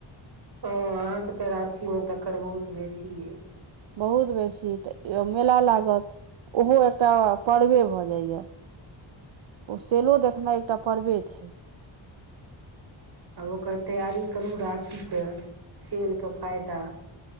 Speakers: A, on the right; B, on the right.
A: हँ अहाँसभके राँचीमे तकर बहुत बेसी अछि।
B: बहुत बेसी तऽ मेला लागत। ओहो एकटा पर्वे भऽ जाइए। ओ सेलो देखनाइ एकटा पर्वे छी।
A: आब ओकर तैयारी करू राखीके सेलके फायदा